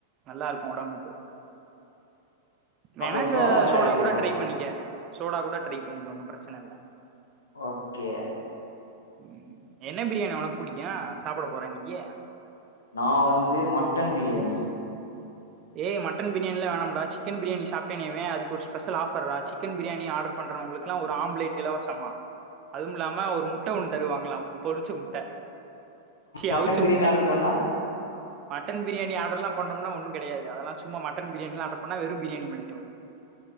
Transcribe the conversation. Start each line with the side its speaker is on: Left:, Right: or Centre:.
Right: நல்லா இருக்கும் உடம்புக்கு வேணா
Left: அப்போ கடை
Right: சோடா
Left: இல்லையா
Right: கூட ட்ரை பண்ணிக்க சோடா கூட ட்ரை பண்ணிக்க ஒன்னு பிரச்சன இல்ல
Left: ஓகே
Right: உம் என்ன பிரியாணி புடிக்கு சாப்ட போற இன்னைக்கு
Left: நா வந்து மட்டன் பிரியாணி
Right: ஏய் மட்டன் பிரியணியிலாம் வேணாம்டா சிக்கன் பிரியாணி சாப்டேன்வே அது ஒரு ஸ்பெஷல் ஆஃபர்ரா சிக்கன் பிரியாணி ஆர்டர் பண்றவங்களுக்கு எல்லாம் ஒரு ஆம்லேட் இலவசமா பண் அதுவும் இல்லாம ஒரு முட்ட ஒண்ணு தருவாங்களாம் பொறிச்ச முட்ட சி
Left: மட்டன்
Right: அவுச்ச
Left: பிரியாணி
Right: முட்ட
Left: ஆர்டர் பண்ணா
Right: மட்டன் பிரியாணி ஆர்டர் எல்லாம் பண்ணோம்னா ஒன்னு கெடையாது அதெல்லா சும்மா மட்டன் பிரியணினா வெரும்பிரியாணி மட்டும் தா வரும்